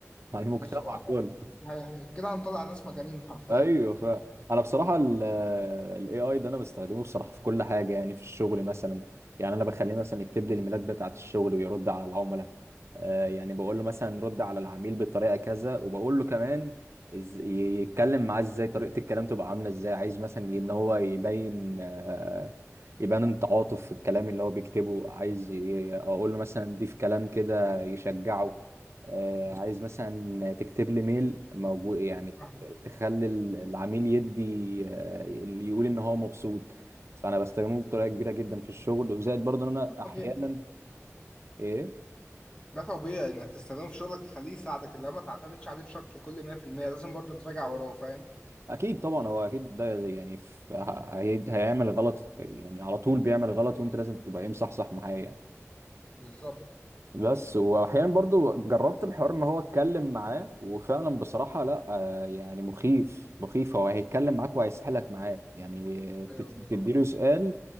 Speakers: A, on the right; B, on the left.
A: على المجتمع
B: بز- وع-
A: كله
B: يعني كده هنطلع ناس مجانين حرفيا
A: ايوه ف انا بصراحه الاي اي ده انا بستخدمه بصراحه في كل حاجه يعني في الشغل مثلا يعني انا بخليه مثلا يكتب لي الايميلات بتاعه الشغل ويرد على العملاء آه، يعني بقول له مثلا رد على العميل بالطريقه كذا وبقول له كمان إز... ي- يتكلم معاه ازاي طريقه الكلام تبقى عامله ازاي عايز مثلا ان هو يبين آه، يبان التعاطف في الكلام اللي هو بيكتبه عايز ي- اقول له مثلا ضيف كلام كده يشجعه آه، عايز مثلا تكتب لي ميل موجود يعني
B: فاهم.
A: تخلي ال- العميل يدي آه، يقول ان هو مبسوط فانا بستخدمه بطريقه كبيره جدا في الشغل وزائد برضه ان انا
B: ده
A: احيانا
B: طبيعي
A: إيه،
B: ده طبيعي انك تستخدمه في شغلك خليه يساعدك اللي ما تعتمدش عليه بشكل كل 100% لازم برضو تراجع وراه فاهم
A: اكيد طبعا هو اكيد ده يعني في هي- هيعمل غلط في يعني على طول بيعمل غلط وانت لازم تبقى ايه مصحصح معاه يعني
B: بالظبط
A: بس واحيانا برضو جربت الحوار ان هو اتكلم معاه وفعلا بصراحة لا آه، يعني مخيف مخيف هو هيتكلم معاك وهيسحلك معاه يعني ت-
B: ايوه
A: تديله
B: بالظبط
A: سؤال